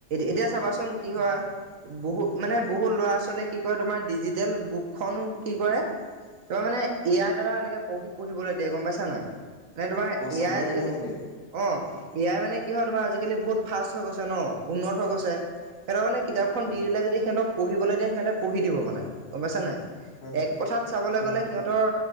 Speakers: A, on the right; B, on the left.
A: এতিয়া চাবাচোন কি হয়। বহুত মানে বহুত ল'ৰা-ছোৱালীয়ে কি কৰে তোমাৰ ডিজিটেল বুকখনো কি কৰে তোমাৰ মানে এ আই দ্বাৰা এনেকে পঢ়ি পঢ়িবলৈ দিয়ে গম পাইছানে নাই? মানে তোমাৰ
B: অ
A: এ
B: চামাৰি
A: আই আজিকালি
B: বনাব দিয়ে
A: অ', এ আই মানে কি হয় তোমাৰ আজি কালি বহুত ফাষ্ট হৈ গৈছে ন, উন্নত হৈ গৈছে, সিহঁতৰ মানে কিতাপখন
B: হয়
A: দি
B: হয়
A: দিলে যদি সিহঁতক পঢ়িবলৈ দিয়ে সিহঁতে পঢ়ি দিব মানে গম পাইছানে নাই?
B: হয়
A: এক
B: হয়
A: কথাত চাবলৈ
B: হয়
A: গ'লে
B: হয়
A: সিহঁতৰ